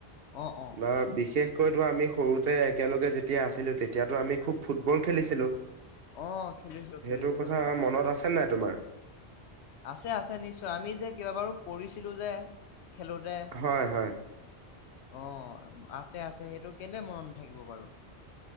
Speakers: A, on the left; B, on the right.
A: অহ অহ
B: বা বিশেষ কৈতো আমি সৰুতে একেলগে যেতিয়া আছিলো, তেতিয়াতো আমি খুব ফুটবল খেলিছিলো।
A: অহ খেলিছিলোঁ
B: সেইটো
A: খেলিছিলোঁ
B: কথা
A: হয়।
B: মনত আছে নাই তোমাৰ?
A: আছে আছে নিশ্চয়, আমি যে কেইাবাৰো পৰিছিলো যে। খেলোঁতে,
B: হয় হয়
A: অ। আছে আছে সেইটো কেলে মনত নথাকিব বাৰু।